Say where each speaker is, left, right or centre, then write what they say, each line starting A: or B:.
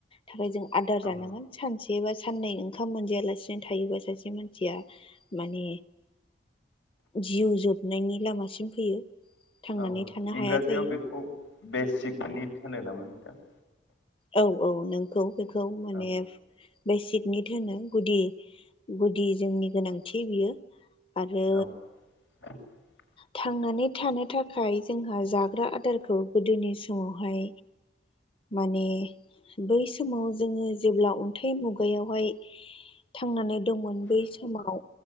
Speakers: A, on the left; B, on the left.
A: थाबाय जों आदार
B: औ
A: जानांगोन सानसे, एबा साननै ओंखाम मोनजायालासेनो थायोबा सासे मानसिया माने, जिउ जोबनायनि लामासिम फैयो। थांनानै
B: औ
A: थानो
B: इंराजियाव
A: हाया जायो
B: बेखौ बेसिकनिट होनो नामा नोंथां?
A: औ औ नंगौ बेखौ माने
B: औ
A: बेसिकनिट होनो गुदि गुदि जोंनि गोनांथि बियो। आरो
B: औ <inaudible>
A: थांनानै थानो थाखाय जोंहा जाग्रा आदारखौ गोदोनि समावहाय माने बै समाव जोङो जेब्ला अन्थाइ मुगायावहाय थांनानै दंमोन बै समाव